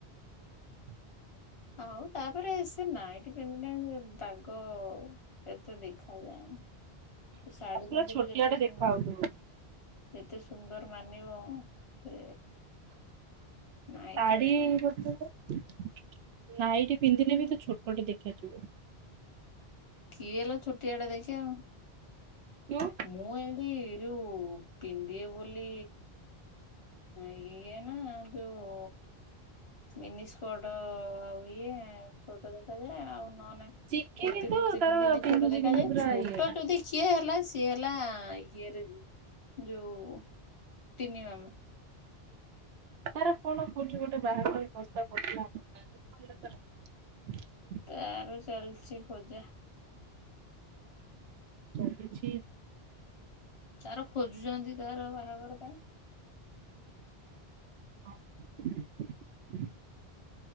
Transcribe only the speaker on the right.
ହଁ।
ପୁରା
ଛୋଟିଆଟେ
ଦେଖା ହଉଥିବୁ
ଶାଢ଼ୀ
ଗୋଟେ ନାଇଟି ପିନ୍ଧିଲେ ବି ତ ଛୋଟଟେ ଦେଖାଯିବ।
ଯୋଉ
ଚିକି
କିନ୍ତୁ
ତାର
ପିନ୍ଧୁଛି
କିନ୍ତୁ ପୁରା
ଇଏ
ତାର କଣ କୋଉଠି ଗୋଟେ ବାହାଘର ପାଇଁ ପ୍ରସ୍ତାବ ପଡିଥିଲା <unintelligible>
ଚାଲିଛି
ହଁ।